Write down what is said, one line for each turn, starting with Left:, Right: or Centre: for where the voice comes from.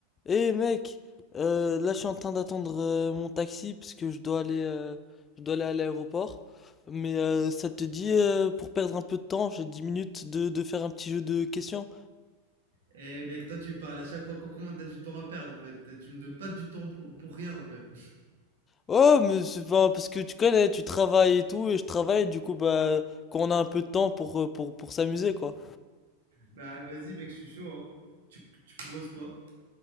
Left: Eh hey mec, euh, là je suis en train d'attendre euh, mon taxi parce que je dois aller, euh, je dois aller à l'aéroport. Mais euh, ça te dit euh, pour perdre un peu de temps, j'ai 10 minutes de, de faire un petit jeu de questions.
Right: Eh mec, toi tu me parles à chaque fois que comment t'as du temps à perdre en fait. Tu me donnes pas du temps pour, pour rien en fait. <laughs>
Left: Oh, mais c'est pas parce que tu connais, tu travailles et tout, et je travaille, du coup bah quand on a un peu de temps pour euh, pour pour s'amuser quoi.
Right: Bah vas-y mec, je suis chaud hein. Tu, tu proposes quoi?